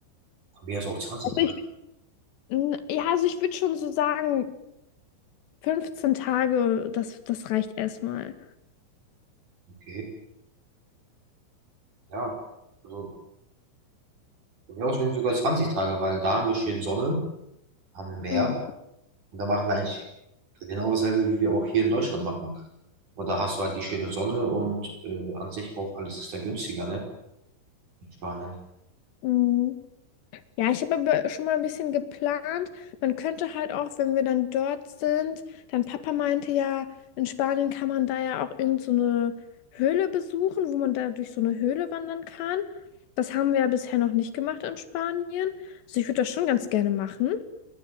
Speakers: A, on the right; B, on the left.
A: Von mir aus auch zwanzig
B: Also
A: Tage,
B: ich, n- ja, also ich würde schon so sagen, 15 Tage, das, das reicht erstmal.
A: okay. Ja, also von mir aus sind sogar zwanzig Tage, weil da haben wir schön Sonne, haben wir Meer
B: Mhm.
A: und da machen wir eigentlich genau dasselbe, wie wir auch hier in Deutschland machen. Und da hast du halt die schöne Sonne und äh, an sich auch alles ist da günstiger, ne? in Spanien.
B: Mhm. Ja, ich habe aber schon mal ein bisschen geplant. Man könnte halt auch, wenn wir dann dort sind, dann Papa meinte ja, in Spanien kann man da ja auch irgend so eine Höhle besuchen, wo man da durch so eine Höhle wandern kann. Das haben wir ja bisher noch nicht gemacht in Spanien. Also ich würde das schon ganz gerne machen.